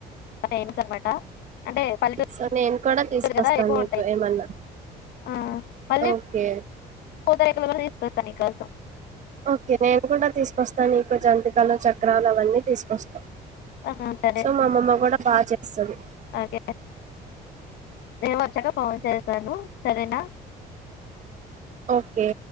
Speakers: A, on the left; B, on the right.
A: ఫేమస్ అనమాట అంటే పల్లెటూరు.
B: సో నేను కూడా తీసుకొస్తాను
A: కదా ఎక్కువ
B: నీకు
A: ఉంటాయి
B: ఏమన్నా
A: ఆ, మళ్ళీ
B: ఓకే.
A: పూతరేకులు కూడా తీసుకొస్తా నీ కోసం.
B: ఓకే నేను కూడా తీసుకొస్తాను నీకు జంతికలు చక్రలు అవన్నీ తీసుకొస్తా.
A: ఆహా సరే
B: సో మా అమ్మమ్మ కూడా బాగా చేస్తది.
A: ఓకే నేను వచ్చాక కాల్ చేస్తాను సరేనా.
B: ఓకే.